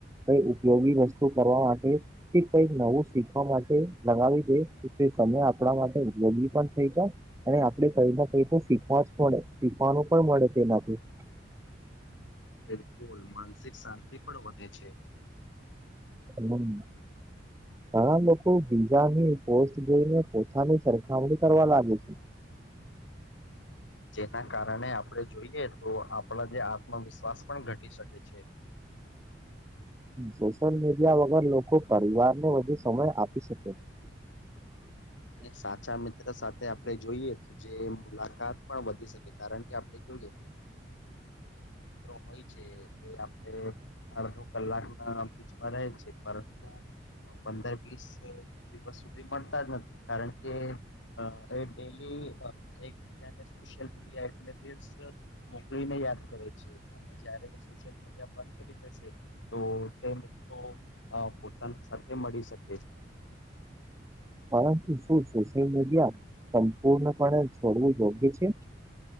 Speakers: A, on the right; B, on the left.
A: કઈ ઉપયોગી વસ્તુ કરવા માટે. કઈક નવું શીખવા માટે લગાવી દે સમય આપણા માટે ઉપયોગી પણ થઈ જ અને આપડણે કઈ ના કઈ તો શીખવા જ પડે શીખવાનું પણ મળે તેનાથી
B: બિલકુલ માનસિક શાંતિ પણ વધે છે
A: હમ હા લોકો કોથી ની પોસ્ટ જોઈને પોતાની સરખામણી કરવા લાગે છે
B: જેના કારણે આપણેે જોઈએ તો આપણા જે આત્મવિશ્વાસ પણ ઘટી શકે છે
A: સોશિયલ મીડિયા વગર લોકો પરિવારને વધુ સમય આપી શકે <inaudible>
B: અને સાચા મિત્ર સાથે આપણે જોઈએ તો જે મુલાકાત પણ વધી શકે કારણ કે આપણે જોઈએ હોય છે એ આપણે અડધો કલાક ના બીચમાં રહે છે પરંતુ પંદર વીસ દિવસ સુધી મળતા જ નથી કારણ કે. અ એ ડેલી એકબીજાને સોશિયલ મીડિયા એટલે રીલ્સ મોકલી ને યાદ કરે છે અને જયારે સોશિયલ મીડિયા બંધ કરી. તો તેમ તો અ પોતાની સાથે મળી શકે
A: પરંતુ શું સોશિયલ મીડિયા સંપૂર્ણપણે છોડવું યોગ્ય છે.